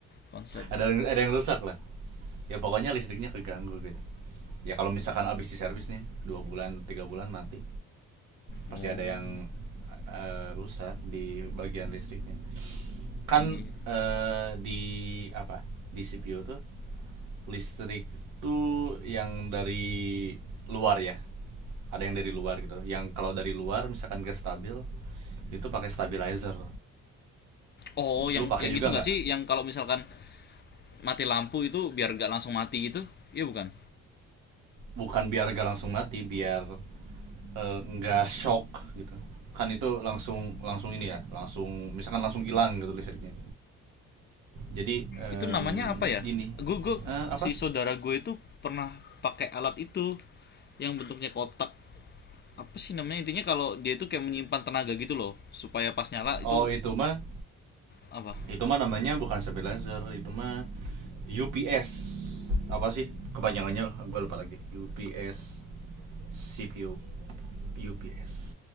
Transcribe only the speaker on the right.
ada ada yang rusak lah ya pokoknya listriknya keganggu gitu ya kalau misalkan abis di servis nih dua bulan tiga bulan mati pasti
ada yang eh, rusak di bagian listriknya kan
eh, di apa di CPU tuh listrik tuh yang dari luar ya ada yang dari luar gitu yang kalau dari luar misalkan gas stabil itu pakai stabilizer
lu pakai
juga
nggak
bukan biar gak langsung mati biar eh, nggak shock gitu kan itu langsung langsung ini ya langsung misalkan langsung hilang gitu listriknya jadi em,
ini
Eh,
apa
oh itu mah
Itu mah namanya bukan stabilizer, itu mah UPS. Apa sih kepanjangannya? Gue lupa lagi. UPS CPU UPS.